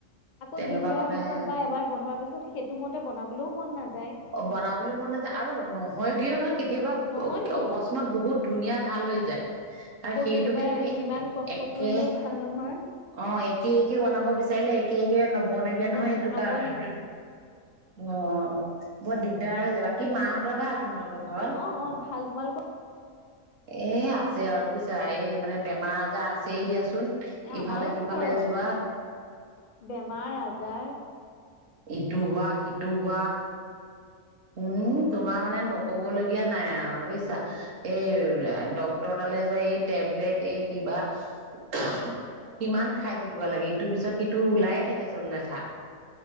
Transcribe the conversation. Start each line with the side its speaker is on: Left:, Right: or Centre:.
Left: আকৌ
Right: তেনেকুৱা
Left: দি দিয়াৰ
Right: কথাইহে।
Left: পিছত বা এবাৰ বনোৱাৰ পিছত সেইটো মতে বনাবলৈও মন নাযায়
Right: বনাবলৈও মন নাযায় আৰু নহয়গেও নহয় কেতিয়াবা
Left: নহয়গৈও
Right: অকস্মাত বহুত ধুনীয়া ভাল হৈ যায় আৰু
Left: আকৌ
Right: সেইটোকে
Left: কেতিয়াবা
Right: তুমি
Left: যিমান কষ্ট
Right: একে
Left: কৰিলেও ভাল নহয়
Right: অ একে একে বনাব বিচাৰিলে এক একে ন বনেগে নহয়
Left: নহ
Right: এইটো
Left: নবনেগে
Right: কাৰণে ম অ বহৰ দিগদাৰ হৈ যাবা কি মাহঁতৰ ভাল তোমালোকৰ ঘৰত
Left: অ অ ভাল তোমালোকৰ
Right: এ আছে আৰু বুজিছা এই মানে বেমাৰ আজাৰ আছে দিয়াচোন
Left: এ
Right: ইফালে
Left: আমাৰো
Right: সিফালে
Left: ঘৰত
Right: যোৱা
Left: বেমাৰ আজাৰ
Right: এই সটো হোৱা সিটো হোৱা উম তোমাৰ মানে নকবলগীয়া নাই আৰু বুজিছা এই ড্ক্তৰ তালৈ যোৱা এই টেবলেট এই কিবা <unintelligible>
Left: অ
Right: কিমান খাই থাকিব লাগে ইটোৰ পিছত সিটো ওলায়ে থাকে চল দেেঠা